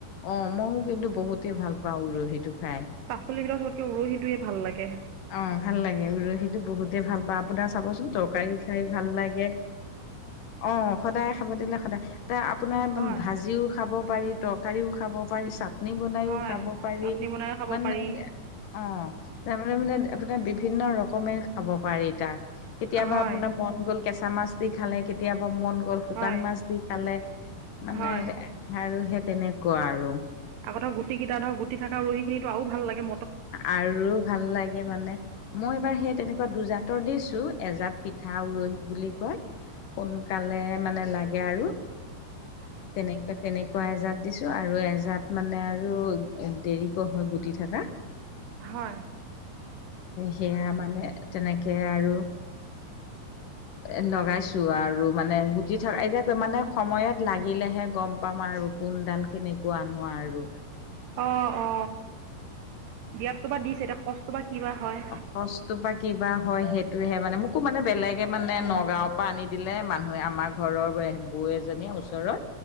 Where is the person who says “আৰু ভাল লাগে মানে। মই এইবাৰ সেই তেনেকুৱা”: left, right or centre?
Left